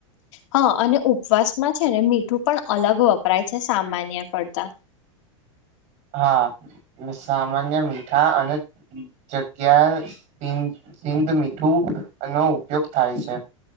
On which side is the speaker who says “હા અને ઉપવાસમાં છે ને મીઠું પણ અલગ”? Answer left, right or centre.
Left